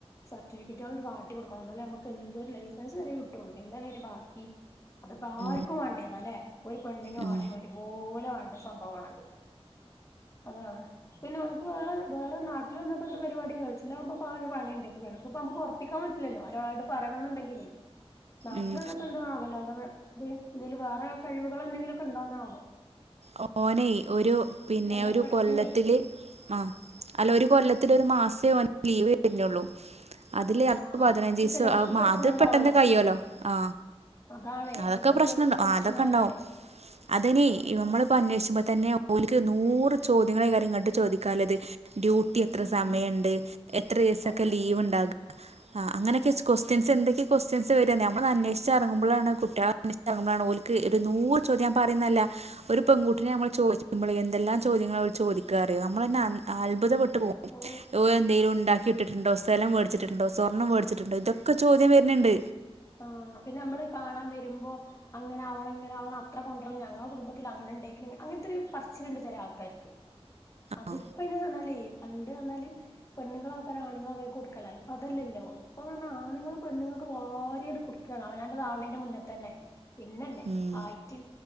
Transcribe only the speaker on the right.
ഉം
ഉം
ഉം
ഒ ഓനൈ ഒരു പിന്നെ
ഒരു
കൊല്ലത്തില് ആ അല്ല ഒരു കൊല്ലത്തിലൊരു
മാസേ ഓന് ലീവ് വര്ഞ്ഞൊള്ളു അതില് അത്
പതിനഞ്ചീസ
ആ മാ
അത്
പെട്ടെന്ന് കയ്യോലൊ ആ
അതൊക്കെ പ്രശ്നുണ്ടോ
അതൊക്കെണ്ടാവും അത്ഞൈ
ഈ നമ്മള്പ്പോ അന്വേഷിച്ചുമ്പോ തന്നെ ഓല്ക്ക് നൂറ് ചോദ്യങ്ങളൈകാരം ഇങ്ങട്ട് ചോദിക്കാല്ലത് ഡ്യൂട്ടി എത്ര
സമയണ്ട് എത്ര ദിവസൊക്കെ
ലീവ്ണ്ടാക അ അങ്ങനെ സ്ക്വസ്റ്റ്യൻസ്
എന്തൊക്കെ ക്വസ്റ്റ്യൻ സ വരാ നമ്മടന്വേഷിച്ചിറങ്ങുമ്പോളാണ് കുട്ടൃളെ അന്നേഷിറങ്ങുമ്പളാണ് ഓൽക്ക് ഇത് നൂറ് ചോദ്യ ഞാപറയുന്നല്ല ഒരു പെൺകുട്ടിനെ നമ്മൾ ചോദിച്ചുമ്പളേ എന്തെല്ലാം ചോദ്യങ്ങളാഓല്ചോദിക്കാറിയോ നമ്മളെന്നെ അൻ അത്ഭുതപ്പെട്ട ട്ട്പോകും
ഓലന്തേലുംണ്ടാക്കി ഇട്ടിട്ടുണ്ടോ സ്ഥലം മേടിച്ചിട്ടുട്ട്ണ്ടോ സ്വർണം മേടിച്ട്ടുട്ട്ണ്ടോ ഇതൊക്കെ ചോദ്യം വരുന്ണ്ട്
ആ
ഉം